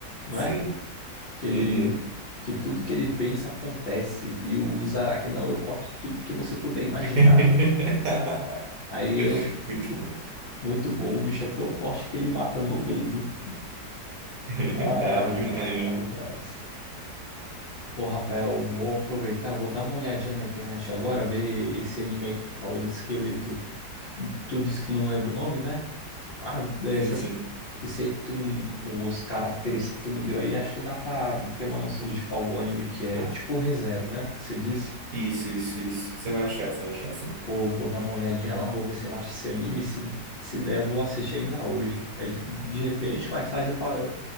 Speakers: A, on the left; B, on the right.
A: não
B: Sim.
A: é? Que ele
B: Uhum.
A: que tudo que ele pensa acontece e o Zaraki, não, eu corto tudo que você puder imaginar.
B: <laughs>
A: Aí eu
B: Muito
A: o-
B: bom.
A: muito bom, o bicho é tão forte que ele mata no medo.
B: <laughs>
A: Ai,
B: Brabo
A: rapaz,
B: demais,
A: brabo
B: né?
A: demais. Ô, Rafael, vou aproveitar, vou dar uma olhadinha na internet agora, ver esse anime que tu falou do esqueleto. que Tu disse que não lembra o nome, né? Ah, dessas,
B: Sim, sim.
A: isso aí que tu, os características que tu me deu aí, acho que dá pra ter uma noção de qual o anime que é,
B: Ah,
A: tipo ReZero, né? Que você disse,
B: isso, isso, isso. Você vai achar, você vai achar, sim.
A: vou, vou dar uma olhadinha lá, vou ver se eu acho esse anime, se, se der, eu vou assistir ainda hoje. Aí, de repente, mais tarde eu pa-